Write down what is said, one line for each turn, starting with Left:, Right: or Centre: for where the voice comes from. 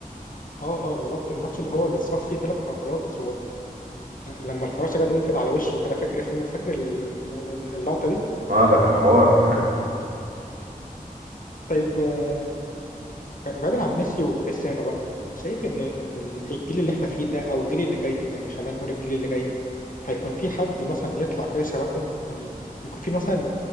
Left: اه اه بالظبط الماتش اللي هو اللي اتصاب فيه ثلاث مرات ولما الفراشه جت وقفت على وشه كده فاكر الفيلم فاكر ال- ال- اللقطه دي
Right: اه ده كان حوار <laughs>
Left: طيب آه، بعيدا عن ميسي وكريستيانو بقى شايف ان ان الجيل اللي احنا فيه ده او الجيل اللي جاي يعني خلينا نقول الجيل اللي جاي هيكون في حد مثلا يطلع كده شبههم يعني يكون في مثلا